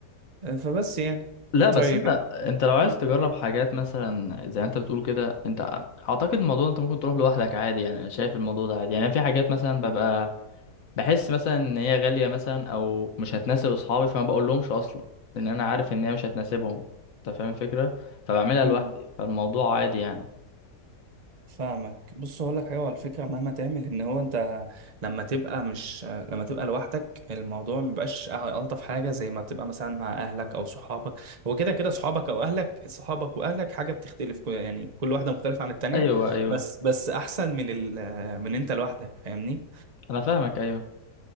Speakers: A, on the right; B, on the left.
A: فبس يعني
B: لا بس
A: طيب
B: انت انت لو عايز
A: م-
B: تجرب حاجات مثلا زي ما انت بتقول كده انت اعتقد الموضوع انت ممكن تروح لوحدك عادي يعني انا شايف الموضوع ده عادي يعني في حاجات مثلا ببقى بحس مثلا ان هي غالية مثلا او مش هتناسب اصحابي فما بقول لهمش اصلا لان انا عارف ان هي مش هتناسبهم انت فاهم الفكرة فبعملها
A: م-
B: لوحدي فالموضوع عادي يعني
A: فاهمك بص اقول لك حاجه على فكره مهما تعمل ان هو انت لما تبقى مش لما تبقى لوحدك الموضوع مبقاش الطف حاجه زي ما بتبقى مثلا مع اهلك او صحابك هو كده كده صحابك او اهلك صحابك واهلك حاجه بتختلف كل- يعني كل واحده مختلفه عن التانيه
B: ايوه ايوه
A: بس بس احسن من ال من انت لوحدك فاهمني
B: انا فاهمك ايوه